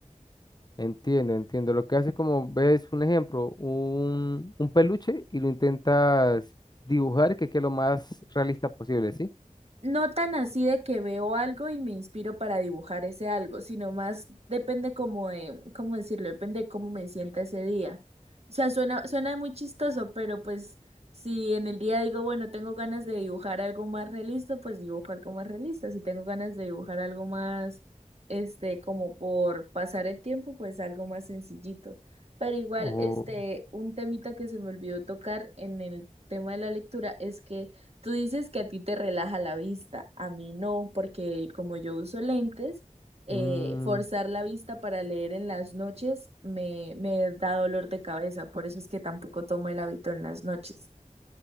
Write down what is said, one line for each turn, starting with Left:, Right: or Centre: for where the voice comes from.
Left: Entiendo, entiendo. Lo que haces como ves un ejemplo, un, un peluche y lo intentas dibujar que quede lo más realista posible, ¿sí?
Right: No tan así de que veo algo y me inspiro para dibujar ese algo, sino más depende como de, ¿cómo decirlo? Depende de cómo me sienta ese día. O sea, suena, suena muy chistoso, pero pues si en el día digo, bueno, tengo ganas de dibujar algo más realista, pues dibujo algo más realista. Si tengo ganas de dibujar algo más, este, como por pasar el tiempo, pues algo más sencillito. Pero igual,
Left: O...
Right: este, un temita que se me olvidó tocar en el tema de la lectura es que Tú dices que a ti te relaja la vista, a mí no, porque como yo uso lentes, eh,
Left: Mm,
Right: forzar la vista para leer en las noches me, me da dolor de cabeza, por eso es que tampoco tomo el hábito en las noches.